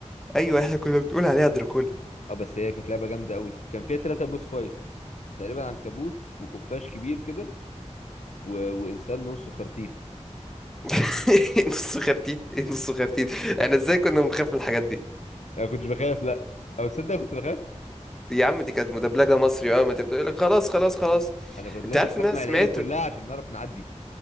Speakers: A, in the centre; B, on the left (about 70°).
A: ايوه احنا كنا بنقول عليها دراكولا
B: اه بس هي كانت لعبه جامده قوي كان فيها ثلاثة بوس فايت تقريبا عنكبوت وخفاش كبير كده و... وانسان نصه خرتيت
A: <laughs> نص خرتيت ايه نص خرتيت احنا ازاي كنا بنخاف من الحاجات دي
B: انا كنتش بخاف لا او تصدق كنت بخاف
A: يا عم دي كانت مدبلجه مصري اه ما تبدا يقول لك خلاص خلاص خلاص
B: انا كنت
A: انت
B: لازم
A: عارف
B: اجمع
A: ان انا سمعت
B: العيله كلها عشان نعرف نعدي